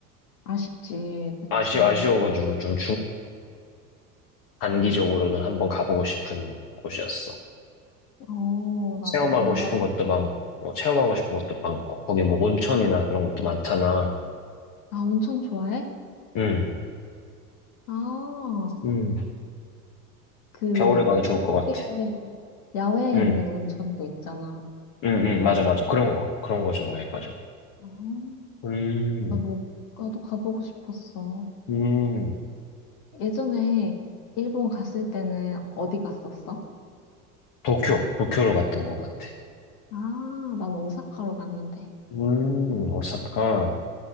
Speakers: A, on the left; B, on the left.
A: 아쉽지. 그치.
B: 아쉬, 아쉬워가지고 좀 중단기적으로는 한번 가보고 싶은 곳이었어.
A: 어, 나도
B: 체험하고
A: 동감.
B: 싶은 것도 많고, 뭐 체험하고 싶은 것도 많고, 거기 뭐 온천이나 그런 것도 많잖아.
A: 아, 온천 좋아해?
B: 응,
A: 아,
B: 응.
A: 그,
B: 겨울에 가도 좋을 것 같아.
A: 그게 야외에
B: 응,
A: 있는 온천도 있잖아.
B: 응, 응, 맞아, 맞아. 그런 거, 그런 거 좋아해, 맞아.
A: 아,
B: 음,
A: 나도, 나도 가보고 싶었어.
B: 음.
A: 예전에 일본 갔을 때는 어디 갔었어?
B: 도쿄, 도쿄로 갔던 것 같아.
A: 아, 난 오사카로 갔는데.
B: 음, 오사카.